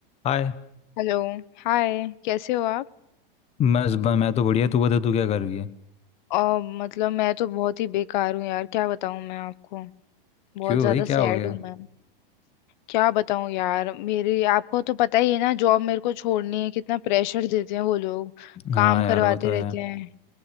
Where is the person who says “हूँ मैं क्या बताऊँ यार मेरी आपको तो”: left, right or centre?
Left